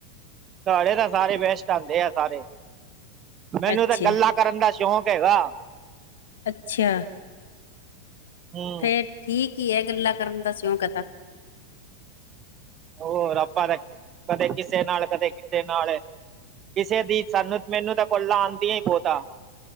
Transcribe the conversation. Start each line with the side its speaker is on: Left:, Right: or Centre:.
Right: ਸਾਰੇੇ ਦਾ ਸਾਰੇ ਬੈਸਟ ਆਦੇ ਆ ਸਾਰੇ, ਮੈਨੂੰ
Left: ਅੱਛਾ
Right: ਤਾਂ ਗੱਲਾਂ ਕਰਨ ਦਾ ਸ਼ੌਂਕ ਹੈਗਾ।
Left: ਅੱਛਾ।
Right: ਹਮ
Left: ਫੇਰ ਠੀਕ ਈ ਐ, ਗੱਲਾਂ ਕਰਨ ਦਾ ਸ਼ੌਕ ਹੈ ਤਾਂ।
Right: ਹੋਰ ਆਪਾ ਤਾਂ ਕਦੇ ਕਿਸੇ ਨਾਲ, ਕਦੇ ਕਿਸੇ ਨਾਲ। ਕਿਸੇ ਦੀ ਸਾਨੂੰ, ਮੈਨੂੰ ਤਾਂ ਕੋਲਾਂ ਆਦੀਆਂ ਈ ਬੋਤ ਆ।